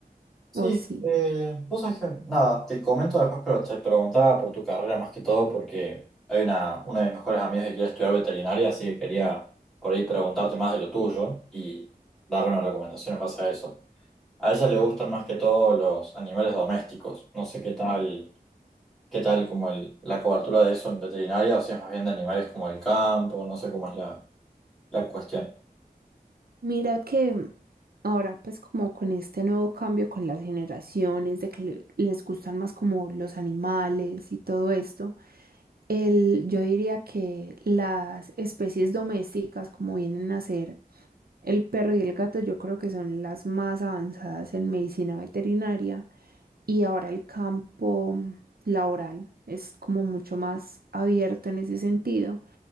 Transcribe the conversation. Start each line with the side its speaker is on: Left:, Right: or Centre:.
Centre: Sí,
Right: o sí.
Centre: eh, vos sabés que, nada, te comento después, pero te preguntaba por tu carrera más que todo porque hay una, una de mis mejores amigas que quiere estudiar veterinaria, así que quería por ahí preguntarte más de lo tuyo y darle una recomendación en base a eso. A ella le gustan más que todo los animales domésticos. No sé qué tal, qué tal como el, la cobertura de eso en veterinaria o si es más bien de animales como el campo, no sé cómo es la, la cuestión.
Right: Mira que mm, ahora, pues como con este nuevo cambio con las generaciones, de que le- les gustan más como los animales y todo esto, el, yo diría que las especies domésticas, como vienen a ser El perro y el gato yo creo que son las más avanzadas en medicina veterinaria y ahora el campo laboral es como mucho más abierto en ese sentido